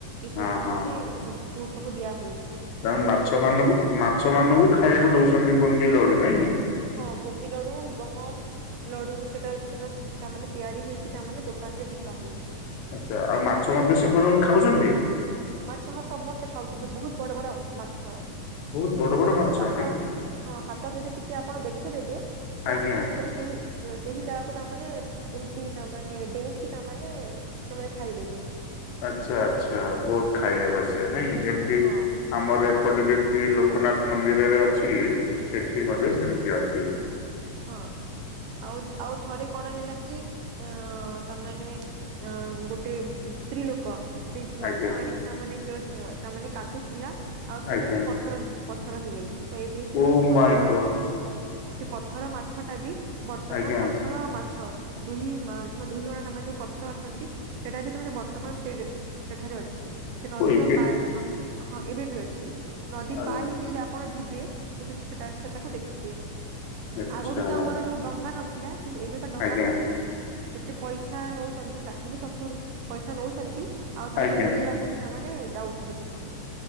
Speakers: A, on the right; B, on the left.
A: ଏ
B: ହଁ
A: ସବୁ ତାମାନେ
B: ହଁ
A: ବିସ୍କୁଟ ସବୁ ଦିଆ ହୁଏ।
B: ତା
A: ଆଉ ବହୁତ
B: ମାଛ
A: ଲୋକ
B: ମାନଙ୍କୁ
A: ବି ତାମାନେ
B: ମାଛ ମାନଙ୍କୁ ଖାଇବାକୁ
A: ହଁ
B: ଦଉଛନ୍ତି ବୁନ୍ଦି ଲଡୁ ନାଇଁ କି?
A: ହଁ ବୁନ୍ଦି ଲଡୁ ଗହମ। ଲଡୁ ସେଟା ସିନା ତାମାନେ ତିଆରି ହେଇକି ତାମାନେ ଦୋକାନ ରେ ବିକା ହୁଏ।
B: ଆଚ୍ଛା ଆଉ ମାଛ ମଧ୍ୟ ସେ <unintelligible> ଖାଉଚନ୍ତି?
A: ମାଛ ହଁ ସମସ୍ତେ ଖାଉଚନ୍ତି ବହୁତ ବଡ ବଡ ମାଛ
B: ବହୁତ ବଡ
A: ଆପଣ
B: ବଡ ମାଛ
A: ଟିକେ ହାତ
B: ନାଇଁ
A: ହଁ ହାତ ଯଦି ଟିକେ ଆପଣ ଦେଖିଦେବେ ତ
B: ଆଜ୍ଞା।
A: ପୁରା ସେଇ ସେହି ଜାଗାକୁ ତାମାନେ ଏମିତି ତା ମାନେ ଡେଇଁକି ତାମାନେ ସେମାନେ ଖାଇଦେବେ।
B: ଆଛା ଆଚ୍ଛା ବହୁତ ଖାଇବାକୁ ଆସିବେ ନାଇଁ କି ଯେମତି
A: ହଁ
B: ଆମର ଏପଟେ ଯେମିତି ଲୋକନାଥ ମନ୍ଦିରରେ ଅଛି ସେଠି
A: ହଁ
B: ମଧ୍ୟ ସେମତି ଅଛି।
A: ହଁ ଆଉ ଜ ଆଉ ଥରେ କଣ ହେଲା କି ଆଁ ତାମାନେ ଆଁ ଗୋଟେ ସ୍ତ୍ରୀ ଲୋକ ସେ ମାଛ
B: ଆଜ୍ଞା
A: ଆଣିକି ତାମାନେ ଜଷ୍ଟ୍ ତାମାନେ କାଟୁଥିଲା ଆଉ ସେ
B: ଆଜ୍ଞା
A: ସେଠି ପଥର ପଥର ହେଇଯାଇ ଚି <unintelligible> ସେ
B: ଓ
A: ଯେମିତି ପଥର
B: ମାଇଁ ଗଡ୍
A: ସେ ପଥର ମାଛ ଟା ବି ବର୍ତ୍ତମାନ
B: ଆଜ୍ଞା
A: ପଥର ମାଛ ଦୁଇ ମା ଦୁଇ ଜଣ ତମ ଯୋଉ ପଥର ଅଛନ୍ତି ସେଟା ବି ତମେ ବର୍ତ୍ତମାନ ସେ ସେଠାରେ ଅଛି ସେ ନଦୀର
B: ଓ ଏବେ
A: ପା ହଁ ଏବେ ବି ଅଛି। ନଦୀ
B: ଆଜ୍ଞା
A: ପାର ହେଇକି ଯଦି ଆପଣ ଯିବେ ତ ସେଠି ସେ ସେଟାକୁ ଦେଖିବେ।
B: ଆଚ୍ଛା
A: ଆଗରୁ ତ ଆମର ଯୋଉ ଡଙ୍ଗା ନଥିଲା କିନ୍ତୁ ଏବେକା ଡଙ୍ଗା
B: ଆଜ୍ଞା
A: କରିଦେଲେଣି। କେତେ ପଇସା ନଉଚନ୍ତି ଷାଠି କି ସତୁୁର ପଇସା ନଉଛନ୍ତି ଆଉ ତମେ
B: ଆଜ୍ଞା
A: ବୁଲେଇବାକୁ ବି ସେମାନେ ଯାଉଛନ୍ତି ସେଠାକୁ।